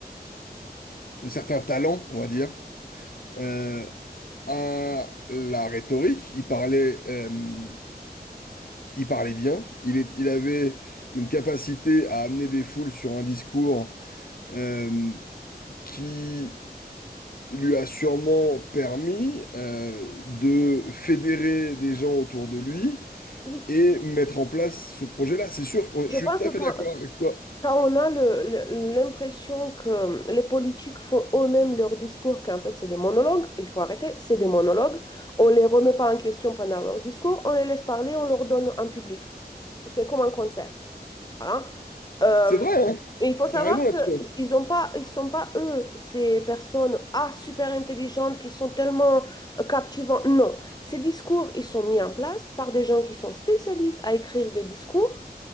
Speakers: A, on the left; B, on the left.
A: de certain talent, on va dire, euh, à la rhétorique. Il parlait, euh, il parlait bien. Il est, il avait une capacité à amener des foules sur un discours euh, qui lui a sûrement permis euh, de fédérer des gens autour de lui
B: Oui.
A: et mettre en place ce projet-là. C'est sûr que
B: Je
A: je
B: pense
A: suis tout
B: que
A: à fait
B: quand,
A: d'accord avec toi.
B: quand on a le- le- l'impression que les politiques font eux-mêmes leur discours, qu'en fait c'est des monologues, il faut arrêter, c'est des monologues. On ne les remet pas en question pendant leur discours, on les laisse parler, on leur donne en public. C'est comme un concert. Hein? Euh,
A: C'est vrai, hein?
B: il faut savoir
A: T'as raison là-dessus.
B: qu'ils ont pas, ils sont pas eux, ces personnes ah, super intelligentes qui sont tellement euh, captivantes. Non, ces discours, ils sont mis en place par des gens qui sont spécialistes à écrire des discours